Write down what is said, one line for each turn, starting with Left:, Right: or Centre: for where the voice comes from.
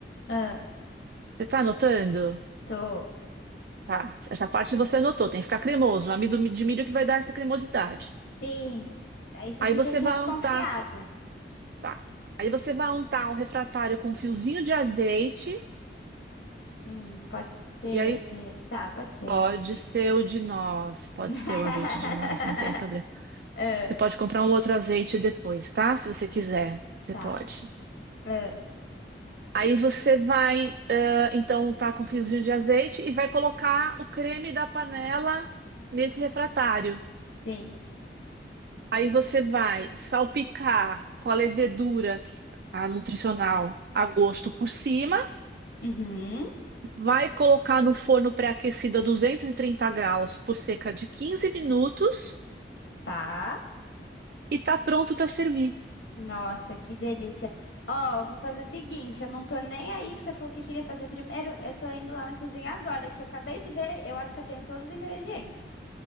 Left: Ah,
Right: Você tá anotando?
Left: tô.
Right: Tá. Essa parte você anotou, tem que ficar cremoso. O amido de milho que vai dar essa cremosidade.
Left: Sim. Ah, Isso
Right: Aí
Left: a gente
Right: você
Left: já tinha
Right: vai
Left: desconfiado.
Right: untar, tá? Aí você vai untar um refratário com um fiozinho de azeite.
Left: Hum, pode ser.
Right: E aí
Left: Tá, pode ser
Right: Pode
Left: azeite.
Right: ser o de nós, pode
Left: <laughs>
Right: ser o azeite de nós, não tem problema.
Left: Ah,
Right: Você pode comprar um outro azeite depois, tá? Se você quiser, você
Left: tá.
Right: pode.
Left: Ah,
Right: Aí você vai, eh, então, tá com um fiozinho de azeite e vai colocar o creme da panela nesse refratário.
Left: sim.
Right: Aí você vai salpicar com a levedura, a nutricional, a gosto por cima.
Left: Uhum.
Right: Vai colocar no forno pré-aquecido a 230 graus por cerca de 15 minutos
Left: Tá.
Right: e tá pronto para servir.
Left: Nossa, que delícia. Ó, eu vou fazer o seguinte, eu não tô nem aí que você falou que queria fazer primeiro, eu tô indo lá na cozinha agora, que eu acabei de ver, eu acho que eu tenho todos os ingredientes.